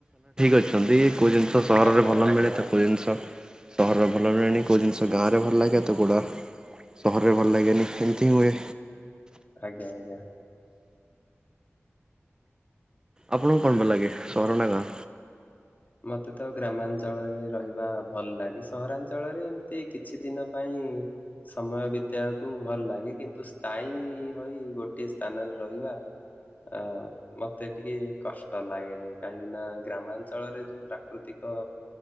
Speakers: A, on the right; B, on the left.
A: ଅଛନ୍ତି। କୋଉ ଜିନିଷ ସହରରେ
B: ଆଜ୍ଞା
A: ଭଲ
B: ଆଜ୍ଞା।
A: ମିଳେ ତ କୋଉ ଜିନିଷ। ସହରରେ ଭଲ ରୁହେଣି କେଉଁ ଜିନିଷ ଗାଁରେ ଭଲ ଲାଗେ ତ କୋଉଟା। ସହରରେ ଭଲ ଲାଗେନି କେମିତି ହୁଏ।
B: ଆଜ୍ଞା ଆଜ୍ଞା।
A: ଆପଣଙ୍କୁ କଣ ଭଲ ଲାଗେ ସହର ନା ଗାଁ?
B: ମତେ ତ ଗ୍ରାମାଞ୍ଚଳରେ ରହିବା ଭଲ ଲାଗେ ସହରାଞ୍ଚଳରେ ଏମିତି କିଛି ଦିନ ପାଇଁ। ସମୟ ବିିତ। ଭଲ ଲାଗେ କିନ୍ତୁ ସ୍ଥାୟୀ ହୋଇ ଗୋଟିଏ ସ୍ଥାନରେ ରହିବା। ଆ ମତେ ଟିକେ କଷ୍ଟ ଲାଗେ କାହିଁକି ନା ଗ୍ରାମାଞ୍ଚଳରେ ଯ। ପ୍ରାକୃତିକ।